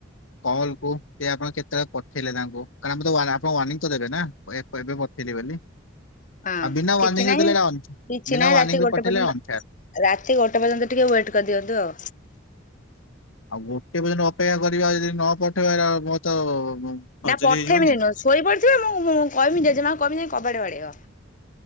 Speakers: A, on the left; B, on the left.
A: କଲ୍ କୁ ଆପଣ କେତେବେଳେ ପଠେଇଲେ ତାଙ୍କୁ କାରଣ ଆମ ଆପଣ ୱାର୍ଣିିଂ ତ ଦେବେ ନା। ଏବେ <unintelligible> ବୋଲି।
B: ହଁ
A: ଆଉ ବିନା
B: କିଛି
A: ୱାର୍ଣ୍ଣିଂରେ
B: ନାହିଁ
A: ଦେଲେ ଏଇଟା ଅନ୍
B: କିଛି
A: ବିନା
B: ନାହିଁ
A: ୱାର୍ଣ୍ଣିଂରେ
B: ରାତି ଗୋଟେ
A: ପଠେଇଲେ
B: ପର୍ଯ୍ୟନ୍ତ
A: ଅନଫେୟାର।
B: ରାତି ଗୋଟେ ପର୍ଯ୍ୟନ୍ତ ଟିକେ ୱେଟ୍ କରିଦିଅନ୍ତୁ ଆଉ।
A: ଆଉ ଗୋଟେ ପର୍ଯ୍ୟନ୍ତ ଅପେକ୍ଷା କରିବା ଯଦି ନ ପଠେଇବା ମ ତ ଖଜୁରୀ
B: ନା ପଠେଇବିନି
A: ହେଇଯିବନି।
B: ନୁହେଁ ଶୋଇ ପଡିଥିବେ ମୁଁ- ମୁଁ କହିବି ଜେଜେମା ଙ୍କୁ କହିବି ଯାଇକି କବାଟ ବାଡେଇବ।